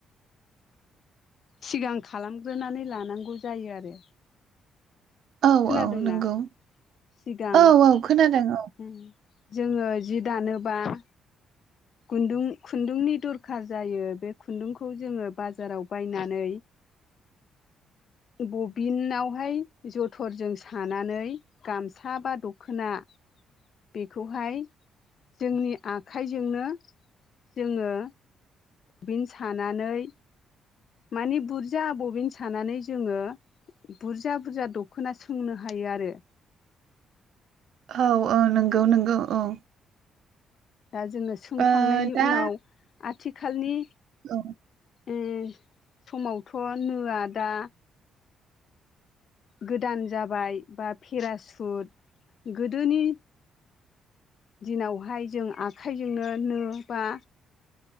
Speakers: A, on the left; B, on the right.
A: सिगां खालामग्रोनानै लानांगौ जायो आरो
B: औ
A: खोनादोंना
B: औ नंगौ
A: सिगां
B: औ औ खोनादों औ
A: उम जोङो जि दानोब्ला
B: <inaudible>
A: खुन्दुं खुन्दुंनि दरखार जायो बे खुन्दुंखौ जोङो बाजाराव बायनानै
B: <inaudible>
A: बबिनावहाय जथरजों सानानै गामसा बा दख'ना बेखौहाय जोंनि आखाइजोंनो जोङो बिन सानानै माने बुरजा बबिन सानानै जोङो बुरजा बुरजा दख'ना सोंनो हायो आरो
B: औ औ नंगौ नंगौ औ
A: दा जोङो सोंखांनायनि
B: ओ दा
A: उनाव आथिखालनि
B: औ
A: उम समावथ नोया दा गोदान जाबाय बा पेरासुट गोदोनि दिनावहाय जों आखाइजोंनो नो बा